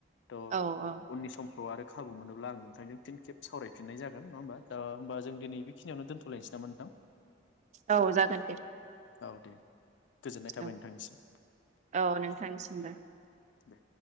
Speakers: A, on the left (about 70°); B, on the right (about 40°).
A: त'
B: औ
A: उननि‌ सम खौ आरो खाबु मोनोब्ला आं नोंथांजों फिन खेब सावरायफिननाय जागोन नङा होमबा थ दा होमबा जों दिनै बेखिनियावनो दोन्थ'लायनोसै नामा नोंथां?
B: औ जागोन दे।
A: औ दे। गोजोननाय थाबाय
B: औ
A: नोंथांनिसिम।
B: औ नोंथांनिसिमबो
A: दे